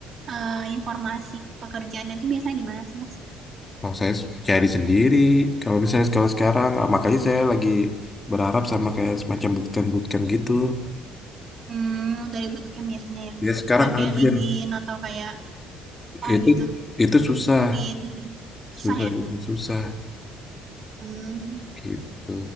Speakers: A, on the right; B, on the left.
A: eh, informasi pekerjaannya tuh biasanya di mana sih Mas?
B: kalau saya s- cari sendiri kalau misalnya kalau sekarang ah, makanya saya lagi berharap sama kayak semacam bootcamp bootcamp gitu
A: Hmm, dari bootcamp biasanya ya.
B: ya sekarang
A: Bukan kayak
B: agen
A: LinkedIn atau kayak apa
B: Itu
A: gitu,
B: itu susah,
A: Read gitu. Susah
B: susah
A: ya.
B: susah
A: Hmm.
B: gitu.